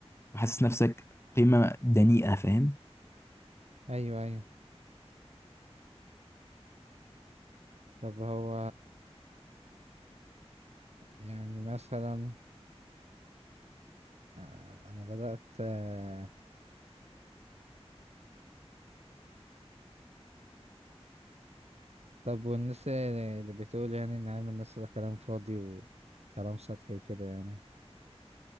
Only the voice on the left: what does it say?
وحاسس نفسك قيمه دنيئه فاهم